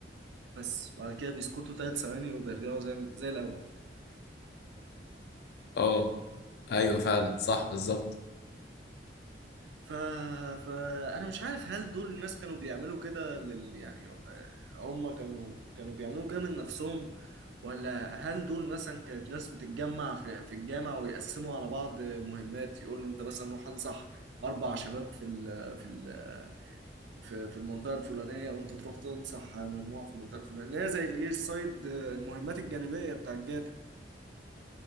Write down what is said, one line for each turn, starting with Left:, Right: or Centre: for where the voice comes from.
Right: بس وبعد كده بيسكتوا ثلاث ثواني وبيرجعوا زي زي الأول
Left: اه ايوه فعلا صح بالظبط
Right: ف... فأنا مش عارف هل دول الناس كانوا بيعملوا كده لل... يعني آه، هم كانوا كانوا بيعملوا كده من نفسهم ولا هل دول مثلا كانت ناس بتتجمع في, في الجامع ويقسموا على بعض مهمات يقول له انت مثلا روح انصح أربع شباب في ال... في ال... في في المنطقة الفلانية وانت تروح تنصح مجموعة في المنطقة الفلانية اللي هي زي الايه السايد المهمات الجانبية بتاع الجاتا